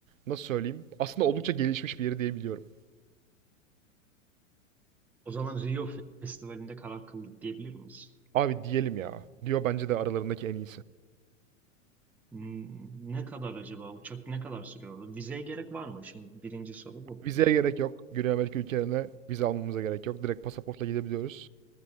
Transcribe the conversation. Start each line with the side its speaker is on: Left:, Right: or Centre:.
Right: Nasıl söyleyeyim? Aslında oldukça gelişmiş bir yeri diyebiliyorum.
Centre: O zaman Rio Festivali'nde karar kıldık diyebilir miyiz?
Right: Abi diyelim ya. Diyor bence de aralarındaki en iyisi.
Centre: Hmm, Ne kadar acaba? Uçak ne kadar sürüyor? Vizeye gerek var mı? Şimdi birinci soru bu.
Right: Vizeye gerek yok. Güney Amerika ülkelerine vize almamıza gerek yok. Direkt pasaportla gidebiliyoruz.